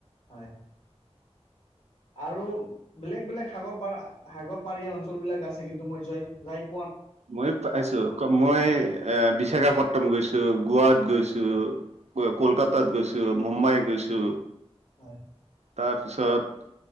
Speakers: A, on the left (about 85°); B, on the right (about 80°).
A: হয় আৰু বেলেগ বেলেগ সাগৰ পাৰ সাগৰ পাৰীয়া অঞ্চলবিলাক আছে কিন্তু মই যোৱাই জাই
B: মই পাইছো। মই এ বিশাখাপট্টম গৈছো, গোৱাত গৈছো। কলকাতাত গৈছো, মুম্বাই গৈছো।
A: হয়।
B: তাৰপিছত